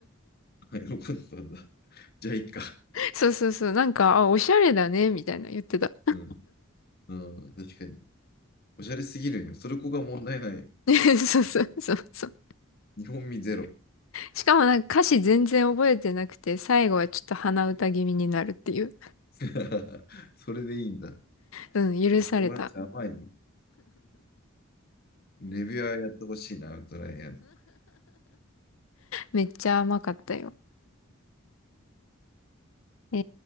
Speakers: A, on the left; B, on the left.
A: <laughs> あ喜んでたんだ。<laughs> じゃあ、いいか。
B: そうそうそう、なんか、あ、おしゃれだね、みたいな言ってた。
A: うん。うん、確かに。おしゃれすぎるんよ。それこが問題ないよ。
B: <laughs> そうそうそうそう。
A: 日本味ゼロ。
B: しかもなんか歌詞全然覚えてなくて、最後はちょっと鼻歌気味になるっていう。
A: <laughs> それでいいんだ。
B: うん、許された。
A: 友達甘いね。レビュアーやってほしいな、アウトライアーの。
B: めっちゃ甘かったよ。え